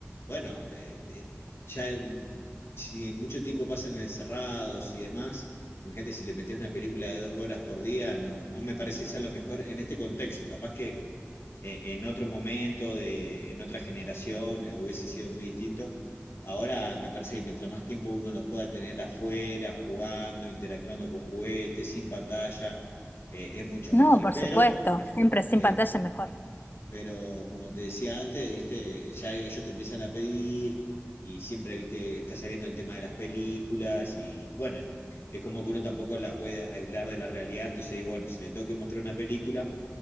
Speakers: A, on the left; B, on the left.
A: bueno, eh, eh, ya eh, si mucho tiempo pasan encerrados y demás Imagínate si le metes una película de dos horas por día, no, no me parece esa lo mejor en este contexto. Capaz que eh, en otro momento, de, en otra generación, eh, hubiese sido muy distinto. Ahora me parece que mientras más tiempo uno los pueda tener afuera, jugando, interactuando con juguetes, sin pantalla, eh, es mucho
B: No,
A: mejor.
B: por
A: Pero
B: supuesto, siempre sin
A: eh,
B: pantalla mejor.
A: pero como te decía antes, viste, ya ellos te empiezan a pedir y siempre, viste, está saliendo el tema de las películas y bueno, es como que uno tampoco la puede aislar de la realidad, entonces digo, bueno, si le tengo que mostrar una película,